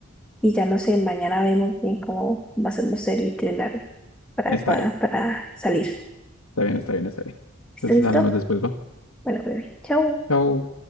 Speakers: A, in the centre; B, on the left.
A: y ya no sé, mañana vemos bien cómo, cómo hacemos el itinerario para
B: Está
A: cuadrar,
B: bien,
A: para salir.
B: está bien, está bien, está bien.
A: ¿Está
B: Entonces
A: listo?
B: hablamos después, va.
A: Bueno, bebé, chao.
B: Chao.